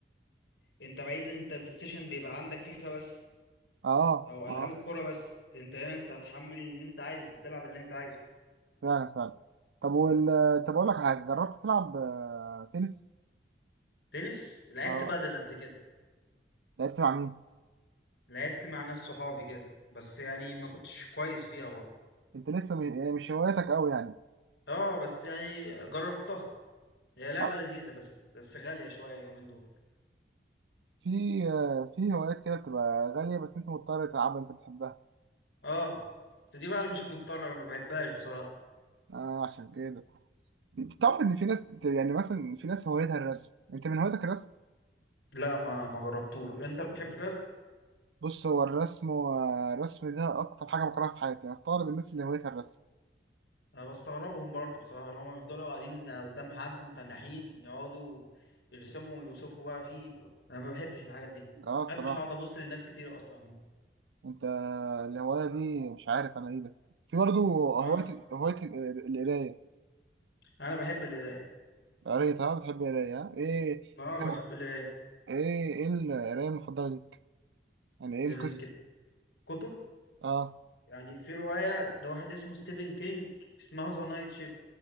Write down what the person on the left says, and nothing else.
انت بعيد انت بلاي ستيشن بيبقى عندك فيفا بس
او
العاب الكوره بس انت هنا انت هتحمل اللي انت عايزه وتلعب اللي انت عايزه
تنس لعبت
بادل قبل كده
لعبت مع ناس صحابي كده بس يعني ما كنتش كويس فيها برضه
اه بس يعني جربتها هي لعبه
لذيذه بس بس غاليه شويه اليومين دول
اه بس دي بقى اللي مش مضطره انا ما بحبهاش بصراحه
لا ما ما جربتوش انت بتحب
انا بستغربهم برضو بصراحه لما يفضلوا قاعدين قدام حد متنحين يقعدوا يرسموا ويوصفوا بقى فيه انا ما بحبش الحاجات دي
ما بحبش اقعد ابص للناس كتير اصلا
اه
انا بحب القرايه
اه بحب
القرايه
الكت-
الكتب
يعني في روايه لواحد اسمه ستيفن كينج اسمها ذا نايت شيفت